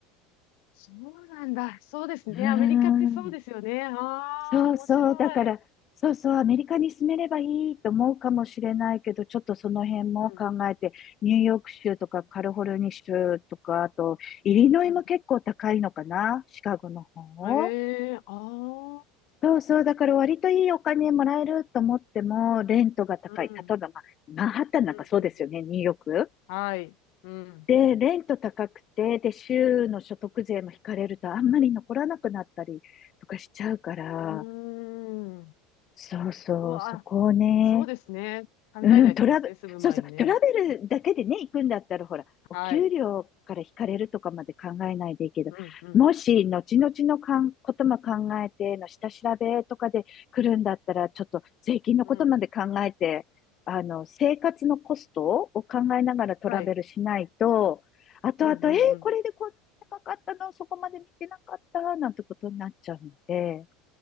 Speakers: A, on the left; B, on the left.
A: そうなんだ。そうですね。
B: うーん、
A: アメリカってそうですよね。あ
B: そうそう、
A: あ、面白い。
B: だから、そうそう、アメリカに住めればいいと思うかもしれないけど、ちょっとその辺も考えて、
A: うん。
B: ニューヨーク州とかカリフォルニア州とか、あと、イリノイも結構高いのかな、
A: うん
B: シカゴの方。
A: うん。へえ。ああ。
B: そうそう、だから割といいお金もらえると思っても、レントが高い。
A: うん。
B: 例えば、まあ、マンハッタンなんかそうですよね、
A: うんうんうん。
B: ニューヨーク。
A: はい。うん。
B: で、レント高くて、で、州の所得税も引かれると、あんまり残らなくなったりとかしちゃうから、
A: うーん。
B: そうそう、
A: うわ、
B: そこをね、
A: そうですね。考えないとですね。
B: うん、トラブ、
A: 住む前にね。
B: そうそう、トラベルだけでね、行くんだったら、ほら、お給料から引かれるとかまで考えないでいいけど、
A: はい。うんうん。
B: もし、後々のかん、ことも考えての下調べとかで来るんだったら、ちょっと税金のことまで考えて、
A: うん。
B: あの、生活のコストを考えながらトラベルしないと、
A: はい。
B: 後々、
A: うんうんうん
B: えー、これでこんなに高かったの、そこまで見てなかった、なんてことになっちゃうんで、